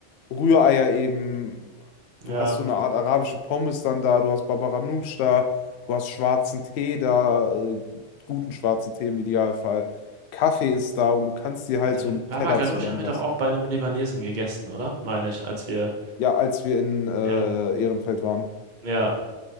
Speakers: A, on the left (about 65°); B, on the right (about 40°).
A: Rühreier eben,
B: Ja.
A: du hast so eine Art arabische Pommes dann da, du hast Babaganoush da, du hast schwarzen Tee da, äh, guten schwarzen Tee im Idealfall. Kaffee ist da und du kannst dir halt
B: Also
A: so einen
B: Baba
A: Teller
B: Ganoush
A: zusammenbasteln.
B: haben wir doch auch bei einem Libanesen gegessen, oder? Meine ich, als wir.
A: Ja, als wir in äh,
B: Ja,
A: Ehrenfeld waren.
B: ja,